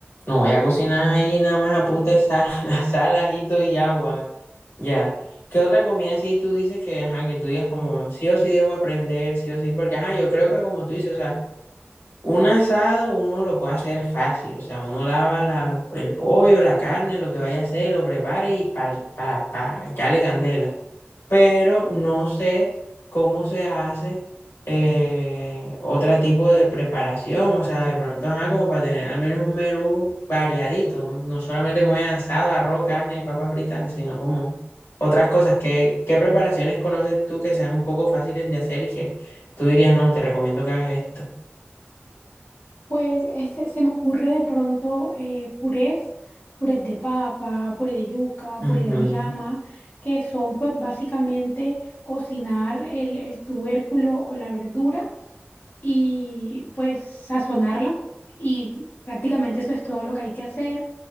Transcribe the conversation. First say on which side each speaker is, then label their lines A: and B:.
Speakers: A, on the left; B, on the left.
A: no voy a cocinar ahí, nada más apunte sal, <laughs> sal, ajito y agua. Ya. ¿Qué otra comida sí tú dices que, ajá, que tú digas como sí o sí debo aprender, sí o sí? Porque, ajá, yo creo que como tú dices, o sea, un asado uno lo puede hacer fácil, o sea, uno lava la- el pollo, la carne, lo que vaya a hacer, lo prepara y pa, pa, pa, echarle candela. Pero no sé cómo se hace eh, otro tipo de preparación, o sea, de pronto, ajá, como para tener al menos un menú variadito, ¿no? No solamente comer asado, arroz, carne, papas fritas, sino como otras cosas. ¿Qué, qué preparaciones conoces tú que sean un poco fáciles de hacer y que tú dirías, no, te recomiendo que hagas esto?
B: Pues este, se me ocurre de pronto eh, purés, purés de papa, puré de yuca, puré
A: Ujú.
B: de auyama, que son pues básicamente cocinar el, el tubérculo o la verdura y pues sazonarla y prácticamente eso es todo lo que hay que hacer.